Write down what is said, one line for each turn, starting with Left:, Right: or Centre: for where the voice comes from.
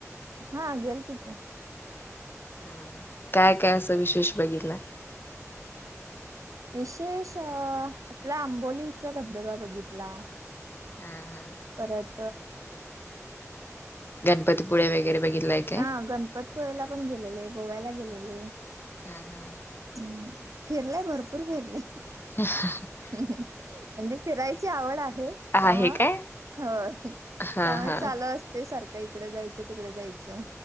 Right: हा गेलते की.
Left: हम, काय काय असं विशेष बघितला?
Right: विशेष अ आपला आंबोलीचा धबधबा बघितला.
Left: हम्म हम्म!
Right: परत
Left: गणपतीपुळे वगैरे बघितलाय? काय
Right: ह गणपतपुळेला पण गेलेले, गोव्याला गेलेले.
Left: हम्म हम्म!
Right: हम्म, फिरलय भरपूर फिरले.
Left: <inaudible>
Right: म्हणजे फिरायची आवड आहे त्यामुळं
Left: हा आहे काय
Right: हो, त्यामुळे
Left: हा हा
Right: चालू असते सारखं इकडं जायचं तिकडे जायचं.